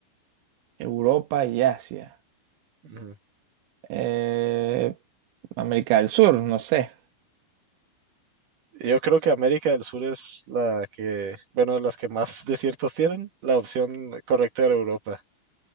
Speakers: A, on the right; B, on the right.
A: Europa y Asia.
B: Ujú.
A: Eh, América del Sur, no sé.
B: Yo creo que América del Sur es la que, bueno, las que más <laughs> desiertos tienen. La opción correcta era Europa.